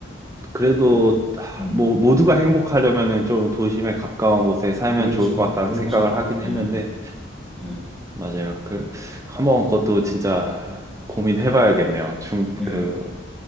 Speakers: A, on the right; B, in the centre.
A: 그래도
B: 음,
A: 하,
B: 음.
A: 뭐 모두가 행복하려면은 좀 도심에 가까운 곳에 살면
B: 그렇죠,
A: 좋을 것 같다는
B: 그렇죠.
A: 생각을 하긴
B: 네,
A: 했는데
B: 네,
A: 맞아요 그 한번 그것도 진짜 고민해봐야겠네요 중그그
B: 네.